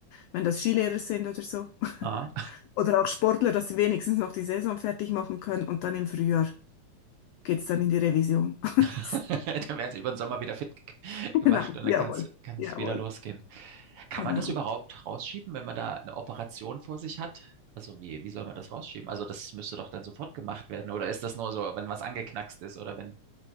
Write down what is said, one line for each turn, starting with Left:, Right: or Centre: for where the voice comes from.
Left: wenn das Skilehrer sind oder so.
Right: Ja?
Left: <laughs> Oder auch Sportler, dass sie wenigstens noch die Saison fertig machen können und dann im Frühjahr geht's dann in die Revision. <laughs>
Right: <laughs> Dann werden sie über den Sommer wieder fit ge- gemacht
Left: Genau,
Right: und dann
Left: jawohl,
Right: kann es
Left: jawohl,
Right: wieder losgehen. Kann
Left: genau.
Right: man das überhaupt rausschieben, wenn man da eine Operation vor sich hat? Also wie, wie soll man das rausschieben? Also das müsste doch dann sofort gemacht werden. Oder ist das nur so, wenn was angeknackst ist oder wenn,